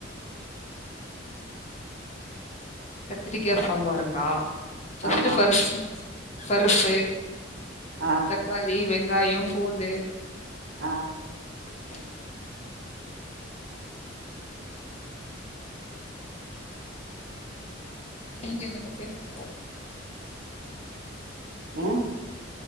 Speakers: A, on the left; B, on the right.
A: கத்திரிக்கா சாம்பாருங்ளா ஃபஸ்ட்
B: ஆமா
A: <unintelligible> ஃபருப்பு
B: ஆ
A: தக்காளி வெந் காயோ பூண்டு
B: ஆஹ்
A: <inaudible> நீங்க எங்னிட்ட பேசக் கூடாது
B: ம்